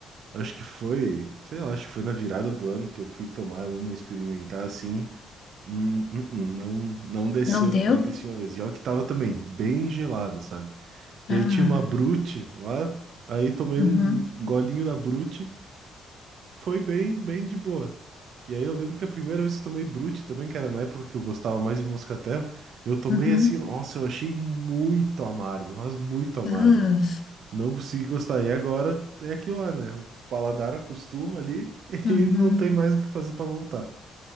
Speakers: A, on the right (about 65°); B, on the left (about 50°).
A: acho que foi, sei lá, acho que foi na virada do ano que eu fui tomar uma, experimentar assim. Hum, hum, hum, não, não desceu
B: Não deu?
A: que nem desci uma vez. E olha que tava também bem gelada, sabe?
B: Ah,
A: E aí tinha uma Brute lá, aí tomei
B: uhum,
A: um golinho da Brute, foi bem, bem de boa. E aí eu lembro que a primeira vez que tomei Brute também, que era na época que eu gostava mais de moscatel, eu tomei
B: uhum,
A: assim, nossa, eu achei muito amargo, mas muito amargo.
B: ah,
A: Não consegui gostar. E agora é aquilo lá, né? O paladar acostuma ali <laughs>
B: uhum.
A: e não tem mais o que fazer pra voltar.